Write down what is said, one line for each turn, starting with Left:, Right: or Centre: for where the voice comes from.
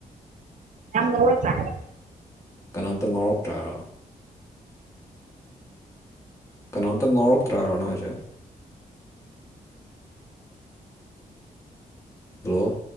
Right: ꯌꯥꯝꯅ ꯆ ꯍꯥꯏ
Left: ꯀꯅꯥꯝꯇ ꯉꯥꯎꯔꯛꯇ꯭ꯔꯔꯥ ꯀꯅꯥꯝꯇ ꯉꯥꯎꯔꯛꯇ꯭ꯔꯕꯣ ꯅ ꯍꯥꯏꯁꯦ ꯍꯜꯂꯣ